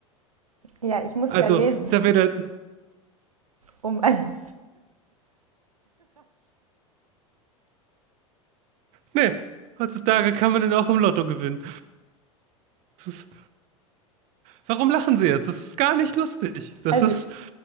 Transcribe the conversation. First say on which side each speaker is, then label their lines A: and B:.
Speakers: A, on the right; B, on the right.
A: Ja, ich muss
B: Also,
A: ja lesen,
B: da wäre der
A: <laughs> um ein.
B: Nee, heutzutage kann man den auch im Lotto gewinnen. Das ist, warum lachen Sie jetzt? Das ist gar nicht lustig. Das
A: Also,
B: ist